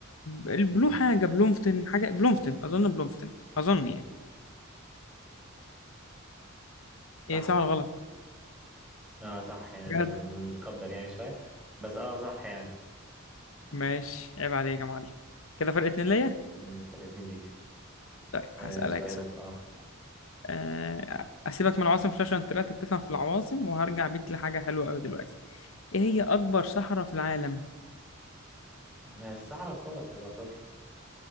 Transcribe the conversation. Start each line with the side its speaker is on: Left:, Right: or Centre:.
Left: البلو حاجة بلومفتن حاجة بلومفتن أظن بلومفتن أظن يعني
Centre: صح
Left: إيه صح ولا غلط
Centre: اه صح يعني
Left: بجد
Centre: انا ببقى متقدر يعني شوية بس اه صح يعني
Left: ماشي عيب عليك يا معلم كده فرق اتنين ليا
Centre: امم فرق اتنين ليك
Left: طيب هسألك
Centre: آه سؤالك اه
Left: آه، اسيبك من العواصم شويه عشان طلعت بتفهم في العواصم وهرجع بيك لحاجه حلوه قوي دلوقتي ايه هي اكبر صحراء في العالم
Centre: ده الصحراء الكبرى بتاعت افريقيا